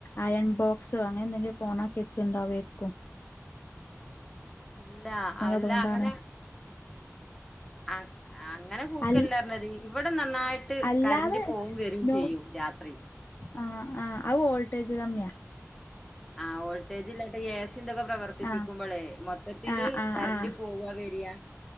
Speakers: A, on the left (about 40°); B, in the centre.
A: അയൺ ബോക്സ് അങ്ങനെ എന്തെങ്കും ഓണ കെച്ച്ണ്ടാവേര്ക്കും
B: അല്ല അല്ല
A: അതുകൊണ്ടാണ്
B: അങ്ങനെ ആ <unintelligible> അങ്ങനെ കൂക്കല്ലർഞ്ഞത്
A: അൽ
B: ഇവിടെ നന്നായിട്ട്
A: അല്ലാതെ
B: കര്ന്റ്പോവുംവെരുംചെയ്യും
A: ലോ
B: രാത്രി
A: ആഹ് ആഹ് അഹ്ഓൾട്ടേജ്കമ്യ
B: ആ വോൾട്ടേജ് ഇല്ലാണ്ടെ എസി ന്തൊക്കെ പ്രവർ പ്രർത്തിപ്പിക്കുമ്പോളെ
A: ആഹ്
B: മൊത്തത്തില്
A: ആഹ് ആഹ്
B: കര്ന്റ്
A: ആഹ്
B: പോവ്വാവെരാ